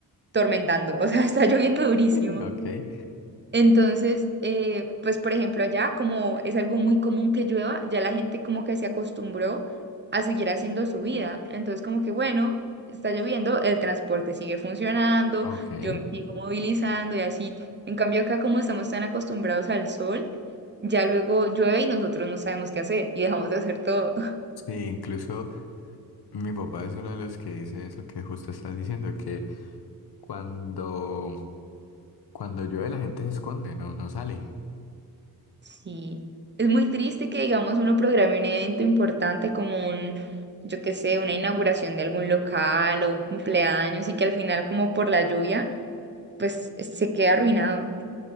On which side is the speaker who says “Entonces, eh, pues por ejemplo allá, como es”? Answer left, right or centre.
Right